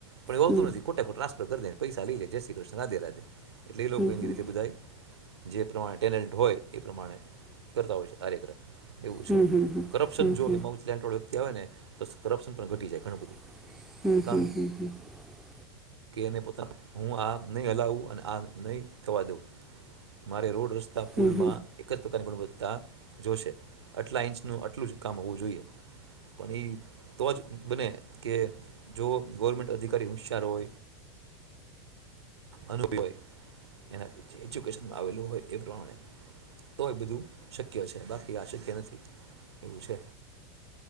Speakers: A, on the right (about 75°); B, in the centre.
A: પણ એ આવતું
B: હમ
A: નથી ખોટાો ટ્રાન્ફર કરી દેને. પૈસા લી લે જય શ્રી કૃષ્ણ રાધે રાધે. એટલે એ લોકો
B: હમ
A: એની
B: હમ
A: રીતે બધાય. જે પ્રમાણે ટેનલ હોય. એ પ્રમાણે કરતા હોય છે આરેગ્ર એવું
B: હમ
A: છે
B: હમ હમ હમ
A: કરપ્શન જો એમાં ઉચલેઠવાળો વ્યક્તિ આવે ને તો કરપ્શન પણ ઘટી જાય.
B: <inaudible>
A: બધું શું કામ કે એનેતા હું આ નહીં હલાવું અને આ નહી થવા દઉં મારે રોડ રસ્. પુલમાં
B: હમ હમ હમ હમ હમ હમ હમ
A: જ પ્રકારની ગુણવત ત જોશે આટલા ઇંચ ન આટલું જ કામ હોવું જોઈએ પણ એ તો જ બને કે જો ગવર્મેન્ટ અધિકારી હોશિયાર હોય અનુભય એના જે એજ્યુકેશનમાં આવેલું હોય એ પ્રમાણે તોય બધું શક્ય છે બાકી આ શક્ય નથી એવું છે